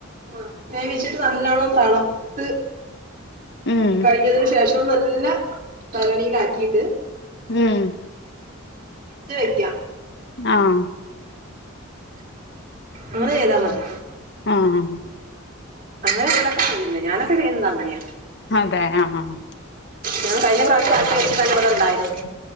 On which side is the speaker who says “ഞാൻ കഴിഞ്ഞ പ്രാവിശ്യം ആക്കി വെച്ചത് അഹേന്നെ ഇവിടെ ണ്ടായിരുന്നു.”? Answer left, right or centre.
Right